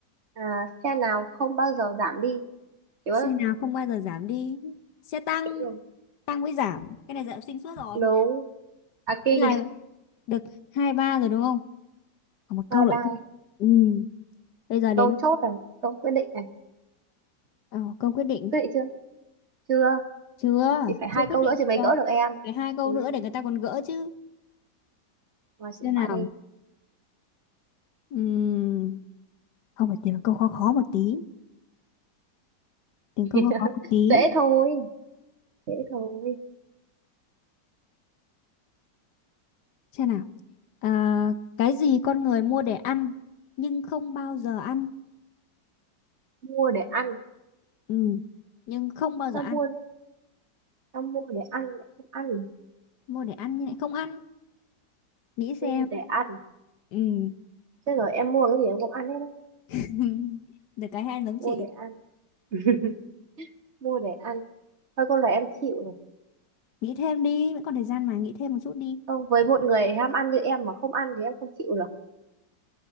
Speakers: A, on the right; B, on the left.
A: À, xe nào không bao giờ giảm đi? Chứ
B: Xe nào không bao giờ giảm đi. Xe tăng.
A: đúng.
B: Tăng mới giảm. Cái này dạy học sinh suốt rồi.
A: đúng. À, kinh
B: Thế là được hai ba rồi đúng không? Còn một
A: Bye
B: câu nữa.
A: bye.
B: thôi. Ừ. Bây giờ đến
A: Câu chốt này, câu quyết định này.
B: ờ, câu quyết định.
A: Quyết định chưa? Chưa.
B: Chưa.
A: Chị phải hai
B: Chưa quyết
A: câu
B: định
A: nữa chị mới
B: được.
A: gỡ được em.
B: Phải hai câu
A: Ừ,
B: nữa để người ta còn gỡ chứ.
A: mà
B: Xem
A: chị
B: nào.
A: hỏi đi.
B: Ừm, không phải tìm một câu khó khó một tí tìm
A: <laughs>
B: câu khó khó một tí
A: Dễ thôi, dễ thôi.
B: xem nào à, cái gì con người mua để ăn nhưng không bao giờ ăn
A: Mua để ăn.
B: Ừm, nhưng không bao
A: Sao
B: giờ ăn
A: mua? Sao mua để ăn lại không ăn?
B: mua để ăn nhưng lại không ăn nghĩ xem
A: Mua để ăn.
B: Ừm,
A: Chứ rồi em mua cái gì em cũng ăn hết đấy.
B: <laughs> được cái hay giống
A: Mua
B: chị
A: để ăn, <laughs> mua để ăn. Thôi câu này em chịu rồi.
B: nghĩ thêm đi vẫn còn thời gian mà nghĩ thêm một chút đi
A: Không, với một người ham ăn như em mà không ăn thì em không chịu được.